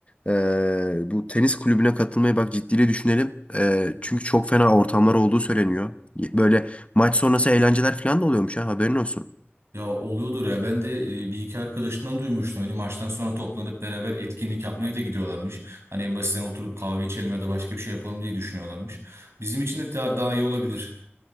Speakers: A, on the left; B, on the right.
A: Ee, bu tenis kulübüne katılmayı bak ciddiyle düşünelim. Ee, çünkü çok fena ortamlar olduğu söyleniyor. Böyle maç sonrası eğlenceler falan da oluyormuş ha haberin olsun.
B: Ya oluyordur ya. Ben de e, bir iki arkadaşımdan duymuştum. Hani maçtan sonra toplanıp beraber etkinlik yapmaya da gidiyorlarmış. Hani en basitinden oturup kahve içelim ya da başka bir şey yapalım diye düşünüyorlarmış. Bizim için de daha, daha iyi olabilir.